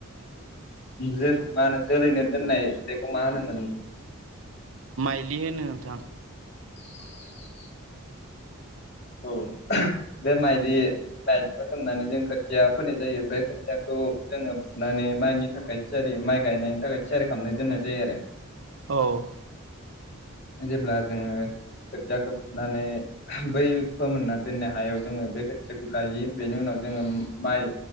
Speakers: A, on the left; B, on the right.
A: जे मा होनो जोलैनो दोननाय बेखौ मा होनोमोन?
B: माइलि होनो नोंथां।
A: उ औ। बे माइलि माइलिखौ सोमनानै जों खोथिया फोनाय जायो बे खोथियाखौ जोङो फुनानै माइनि थाखाय थियारि माइ गायनायनि थाखाय थियारि खालामनाय दोननाय जायो आरो
B: औ।
A: जेब्ला जोङो खोथियाखौ फुनानै बै फोमोनना दोननाय हायाव जोङो बे खोथियाखौ गयो बेनि उनाव जोङो माइ